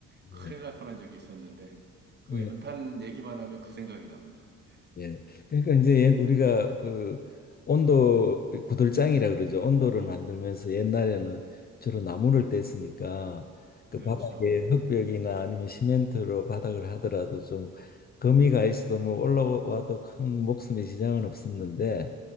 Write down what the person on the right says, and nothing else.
큰일
날 뻔한 적이 있었는데, 그
연탄 얘기만 하면 그 생각이 납니다. 네.
그렇죠.